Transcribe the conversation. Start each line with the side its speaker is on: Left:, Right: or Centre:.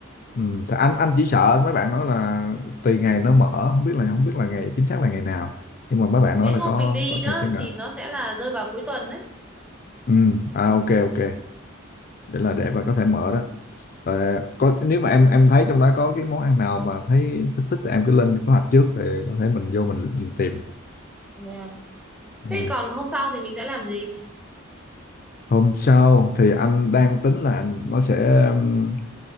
Left: ừ, thì anh anh chỉ sợ mấy bạn nói là tùy ngày nó mở không biết là không biết là ngày chính xác là ngày nào nhưng mà mấy bạn nói
Centre: cái hôm
Left: là có
Centre: mình đi
Left: có
Centre: đó
Left: sẽ sẽ
Centre: thì nó sẽ là rơi vào cuối tuần đấy
Left: Ừ, à ok ok, để là để mà có thể mở đó. Ờ, có nếu mà em em thấy trong đó có cái món ăn nào mà thấy thích thích thì em cứ lên kế hoạch trước để có thể mình vô mình, mình tìm.
Centre: Dạ.
Left: Ừ.
Centre: thế còn hôm sau thì mình sẽ làm gì
Left: Hôm sau thì anh đang tính là nó sẽ um,